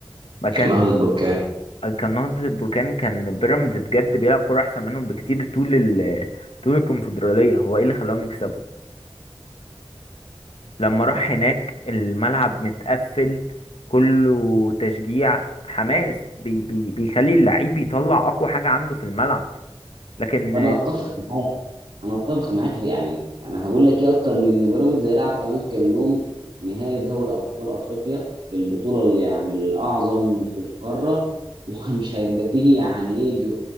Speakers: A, on the left; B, on the right.
A: ما كان
B: نهضة بركان
A: آه، كان نهضة البركان كان بيراميدز بجد بيلعب كورة احسن منهم بكتير طول ال... طول الكونفدرالية هو ايه اللي خلاهم يكسبوا لما
B: نعم.
A: راح هناك الملعب متقفل كله تشجيع حماس بي بي بيخلي اللعيب يطلع اقوى حاجة عنده في الملعب لكن
B: انا اتفق معاك انا اتفق معاك في يعني انا هقول لك ايه اكتر من ان بيراميدز هيلعب كمان كام يوم نهائي دوري ابطال افريقيا البطوله اللي يعني الاعظم في القاره <laughs> ومش هيبقى فيه يعني ايه جو-